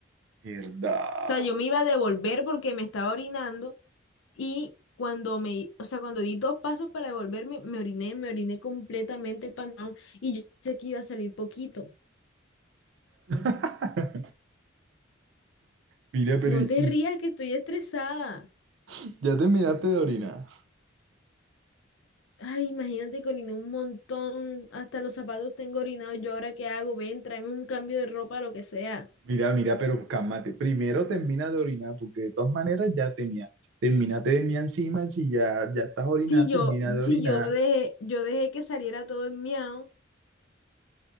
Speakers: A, on the right; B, on the left.
A: ¿Verdad?
B: O sea, yo me iba a devolver porque me estaba orinando y cuando me, o sea, cuando di dos pasos para devolverme, me oriné, me oriné completamente el pantalón y yo sé que iba a salir poquito.
A: <laughs> Mira, pero
B: No
A: ¿y,
B: te rías que estoy estresada.
A: y ya terminaste de orinar?
B: Ay, imagínate que oriné un montón. Hasta los zapatos tengo orinados. ¿Yo ahora qué hago? Ven, tráeme un cambio de ropa, lo que sea.
A: Mira, mira, pero cálmate. Primero termina de orinar, porque de todas maneras ya te mea. Termínate de mea encima, si ya, ya estás orinando,
B: Si yo,
A: termina de orinar.
B: si yo dejé, yo dejé que saliera todo el miau,